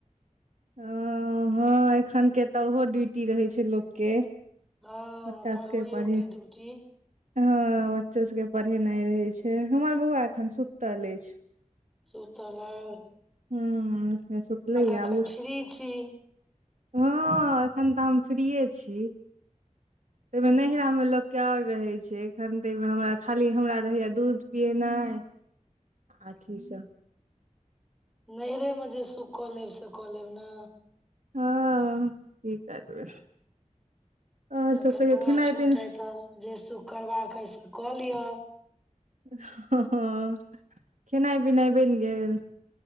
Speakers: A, on the right (about 65°); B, in the centre.
A: ह, हँ एखन के तऽ ओहो ड्यूटी रहै छै लोक के।
B: हँ
A: बच्चा
B: पढ़बैयो
A: सबके पढ़े
B: के ड्यूटी।
A: हँ बच्चो सबके पढ़ेनाइ रहे छै, हमर बौआ एखन सुतल अछि।
B: सुतलौं।
A: हूं, हूं अखने सुतलेयै,
B: एखन
A: आब उठ।
B: फ्री छी
A: हँ एखन तऽ हम फ्रीए छी, तइमें
B: हँ
A: नैहरामें लोक। क्यर रहै छै, एखन तऽमें हमरा खाली हमरा रहैय दूध पियेनाइ। आथी सब।
B: नैहरेमें, जे सुख कऽ लेब से कऽ लेब ने।
A: हँ, की करबै। आओर
B: एखन
A: सब कहियौ
B: बौआ
A: खेनाइ
B: छोट
A: पिनाइ
B: हइ तऽ, जे सुख करबाक अइ से कऽ लिय।
A: ह, ह, हँ खेनाइ-पिनाइ बनि गेल।